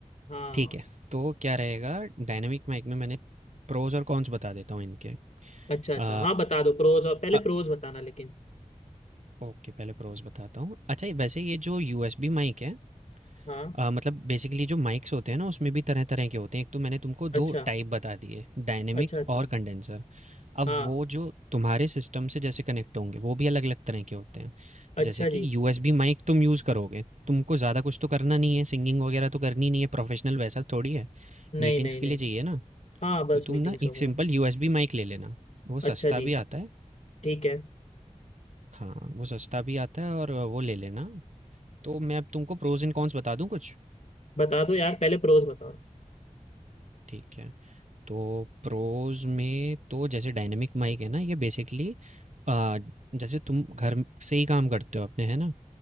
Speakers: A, on the left; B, on the right.
A: हाँ
B: ठीक है तो क्या रहेगा डायनेमिक माइक में मैंने प्रोज और कॉन्स बता देता हूँ इनके
A: अच्छा अच्छा
B: आ,
A: हाँ बता दो प्रोज और पहले
B: अ-
A: प्रोज बताना लेकिन
B: ओके पहले प्रोज बताता हूँ अच्छा ये- वैसे ये जो यूएसबी माइक है
A: हाँ
B: अ, मतलब बेसिकली जो माइक्स होते हैं ना उसमें भी तरह-तरह के होते हैं। एक तो मैंने तुमको 2
A: अच्छा
B: टाइप बता दिए, डायनेमिक
A: अच्छा अच्छा
B: और कंडेंसर। अब
A: हाँ
B: वो जो तुम्हारे सिस्टम से जैसे कनेक्ट होंगे वो भी अलग-अलग तरह के होते हैं।
A: अच्छा
B: जैसे कि
A: जी
B: यूएसबी माइक तुम यूज़ करोगे, तुमको ज़्यादा कुछ तो करना नहीं है, सिंगिंग वगैरह तो करनी नहीं है, प्रोफेशनल वैसा थोड़ी है।
A: नहीं
B: मीटिंग्स
A: नहीं
B: के
A: नहीं
B: लिए चाहिए ना,
A: हाँ बस
B: तो तुम
A: मीटिंग्स
B: ना एक
A: वगैरह
B: सिंपल यूएसबी माइक ले लेना, वो
A: अच्छा
B: सस्ता
A: जी
B: भी आता है।
A: ठीक है
B: हाँ, वो सस्ता भी आता है और वो ले लेना। तो मैं अब तुमको प्रोज़ एंड कॉन्स बता दूँ कुछ?
A: बता दो यार पहले प्रोज बताओ
B: ठीक है। तो प्रोज में तो जैसे डायनेमिक माइक है ना ये बेसिकली जैसे तुम घर म- से ही काम करते हो अपने है ना